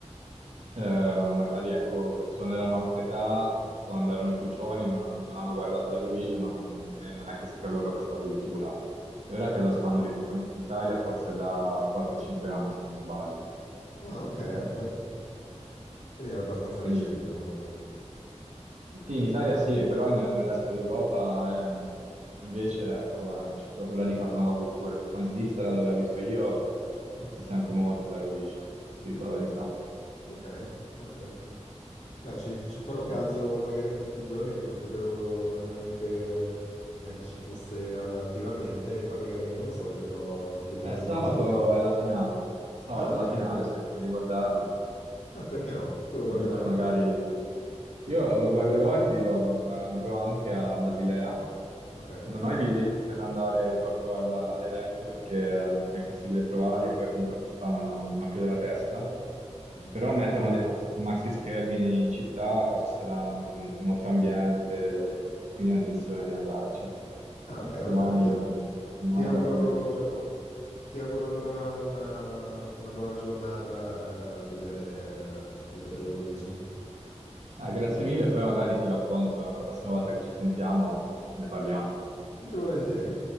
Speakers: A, on the right; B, on the left.
A: eh, magari, ecco, persone della nostra età, quando erano più giovani, non, non hanno guardato l'Eurovision non- e non è cresciuta loro questa cultura. E ora
B: Mhm.
A: che lo stanno riproponendo in Italia, forse da 4 o 5 anni, se non sbaglio.
B: Ah, ok,
A: Eh,
B: beh, quindi è abbastanza
A: Quindi
B: recente come cosa.
A: sì, in Italia sì, però in- nel resto d'Europa ehm, invece ecco, eh, c'è proprio radicata nella cultura. Anche qua in Svizzera, dove abito io, eh, si sente molto l'Eurovision, ti dico la verità.
B: Ok, ok, ok. Beh, ci, ci farò caso
A: Eh,
B: magari in questi giorni che non sapevo neanche, neanche ci fosse attivamente, e poi magari, non lo so, chiederò, chiederò
A: Eh,
B: ai
A: sabato
B: miei amici. e-
A: è la finale. Sabato
B: Ah, ok,
A: è la finale, se ti va di guardarla.
B: ah, perché no? Tu la guarderai?
A: Così poi magari io lo guarderò e ti dirò, eh, andrò anche a Basilea.
B: Ok.
A: Non ho i biglietti per andare proprio al- all'evento perché eh, non è possibile trovarli e poi comunque costavano un occhio della testa.
B: Mhm.
A: Però mettono dei maxi, maxi schermi in città, poi ci sarà comunque molto ambiente, e quindi ho intenzione di andarci.
B: Ah, ok,
A: Domani,
B: vabbè, ti,
A: domani
B: ti auguro...
A: dal pomeriggio.
B: Ti auguro allora una, una buona giornata a vedere, a vedere l'Eurovision.
A: Eh, grazie mille, poi magari ti racconto, la prossima volta che ci sentiamo ne parliamo.
B: Più che volentieri.